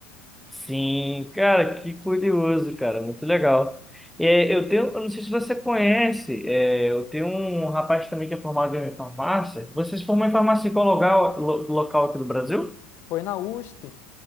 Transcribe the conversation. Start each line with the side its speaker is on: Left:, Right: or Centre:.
Centre: sim. Cara, que curioso, cara. Muito legal. É, eu tenho, eu não sei se você conhece, é, eu tenho um rapaz também que é formado em farmácia. Você se formou em farmácia em qual local, lo- local aqui do Brasil?
Left: Foi na USP?